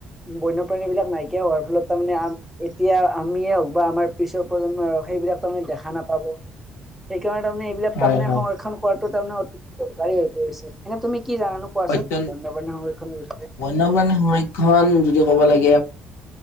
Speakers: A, in the centre; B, on the left.
A: বন্যপ্ৰাণী বিলাক নাইকিয়া হোৱাৰ ফলত তাৰমানে, আ, এতিয়া আমিয়ে হওক বা আমাৰ পিছৰ প্ৰজন্মই হওক সেইবিলাক তাহাতি দেখা নাপাব। সেইকাৰণে তাৰমানে, এইবাকাৰে
B: হয়
A: তাৰমানে
B: হয়
A: সংৰক্ষণ কৰাটো তাৰমানে, অতি উপকাৰী হৈ পৰিছে, এনে তুমি কি জানানো কোৱাচোন
B: অত্যন,
A: বন্যপ্ৰাণী সংৰক্ষণৰ বিষয়ে
B: বন্যপ্ৰাণীৰ সংৰক্ষণ যদি, ক'ব লাগ লে